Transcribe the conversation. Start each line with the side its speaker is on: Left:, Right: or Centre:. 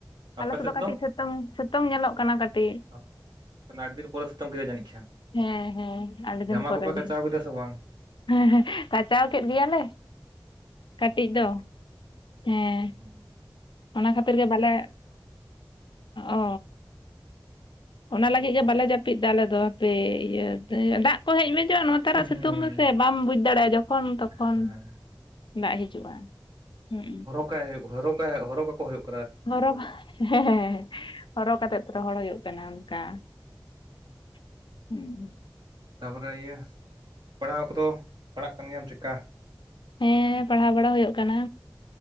Right: ᱟᱯᱮ
Left: ᱟᱞᱮᱥᱮᱫ
Right: ᱥᱮᱫ
Left: ᱫᱚ ᱠᱟᱹᱴᱤᱡ ᱥᱤᱛᱩᱝ ᱥᱤᱛᱩᱝ ᱧᱮᱞᱚᱜ ᱠᱟᱱᱟ ᱠᱟᱹᱴᱤᱡ
Right: ᱚ ᱟᱹᱰᱤ ᱫᱤᱱ ᱯᱚᱨᱮ ᱥᱮᱛᱳᱝ ᱠᱮᱫᱟᱭ ᱡᱟᱹᱱᱤᱡ ᱠᱷᱟᱱ
Left: ᱦᱮᱸ ᱦᱮᱸ ᱟᱹᱰᱤ ᱫᱤᱱ
Right: ᱡᱟᱢᱟ
Left: ᱯᱚᱨᱮ
Right: ᱠᱚᱯᱮ
Left: ᱜᱮ
Right: ᱠᱟᱪᱟᱣ
Left: ᱦᱮᱸ
Right: ᱠᱮᱫᱟ ᱥᱮ ᱵᱟᱝ
Left: ᱠᱟᱸ ᱠᱟᱪᱟᱣ ᱠᱮᱫ ᱜᱮᱭᱟᱞᱮ ᱠᱟᱹᱴᱤᱡ ᱫᱚ ᱦᱮᱸ
Right: ᱩ <unintelligible>
Left: ᱚᱱᱟ ᱠᱷᱟᱹᱛᱤᱨ ᱜᱮ ᱵᱟᱞᱮ ᱚ ᱚᱱᱟ ᱞᱟᱹᱜᱤᱫ ᱜᱮ ᱵᱟᱞᱮ ᱡᱟᱹᱯᱤᱫ ᱮᱫᱟ ᱟᱞᱮ ᱫᱚ ᱦᱟᱯᱮ ᱤᱭᱟᱹ ᱫᱟᱜ ᱠᱚ ᱦᱮᱡ ᱢᱮᱡᱚᱜᱼᱟ ᱱᱚᱣᱟ ᱱᱮᱛᱟᱨᱟᱜ
Right: ᱦᱩᱸ
Left: ᱥᱤᱛᱩᱝ ᱫᱚ ᱥᱮ ᱵᱟᱢ ᱵᱩᱡᱽ ᱫᱟᱲᱮᱭᱟᱜᱼᱟ ᱡᱚᱠᱷᱚᱱ ᱛᱚᱠᱷᱚᱱ
Right: ᱦᱮᱸ
Left: ᱫᱟᱜ ᱦᱤᱡᱩᱜᱼᱟ ᱦᱩᱸ
Right: ᱦᱚᱨᱚᱜᱟᱭ ᱦᱚᱨᱚᱜ ᱠᱟᱠᱚ ᱦᱩᱭᱩᱜᱼᱟ
Left: ᱦᱚᱨᱚᱜ ᱦᱮᱸ ᱦᱚᱨᱦᱚ ᱠᱟᱛᱮᱜ ᱨᱚᱦᱚᱲ ᱦᱩᱭᱩᱜ ᱠᱟᱱᱟ ᱚᱱᱠᱟ <inaudible>
Right: ᱛᱟᱯᱚᱨᱮ ᱤᱭᱟᱹ ᱯᱟᱲᱦᱟᱣ ᱠᱚᱫᱚ ᱯᱟᱲᱦᱟᱜ ᱠᱟᱱ ᱜᱮᱭᱟᱢ ᱪᱮᱫᱠᱟ
Left: ᱦᱮᱸ ᱯᱟᱲᱦᱟᱣ ᱵᱟᱲᱟ ᱦᱩᱭᱩᱜ ᱠᱟᱱᱟ